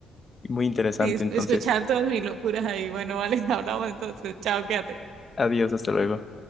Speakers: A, on the left; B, on the right.
A: y muy interesante.
B: y
A: Entonces,
B: escuchar todas mis locuras ahí. Bueno, vale, <laughs> hablamos entonces, chao, quédate.
A: adiós, hasta luego.